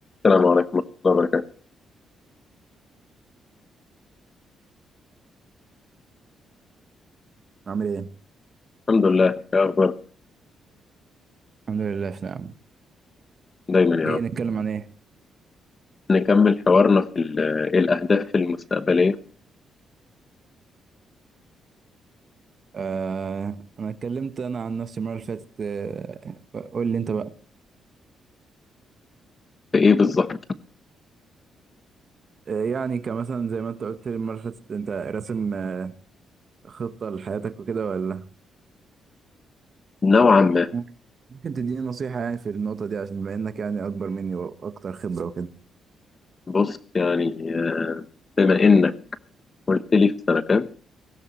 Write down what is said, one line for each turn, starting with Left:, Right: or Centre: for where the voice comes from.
Left: السلام عليكم ورحمة الله وبركاته
Right: عامل ايه؟
Left: الحمد لله إيه أخبارك
Right: الحمد لله في نعم
Left: دايما يا
Right: ايه
Left: عم
Right: نتكلم عن ايه
Left: نكمل حوارنا في ال- إيه الأهداف المستقبلية
Right: آه انا اتكلمت انا عن نفسي المره اللي فاتت آه قول لي انت بقى
Left: في إيه بالظبط
Right: آه، يعني كمثلا زي ما انت قلت لي المرة اللي فاتت انت راسم آه، خطة لحياتك وكده ولا
Left: نوعا ما
Right: ممكن ممكن تديني نصيحة يعني في النقطة دي عشان بما انك يعني اكبر مني واكتر خبرة وكده
Left: بص يعني آه، بما إنك قلت لي في سنة كام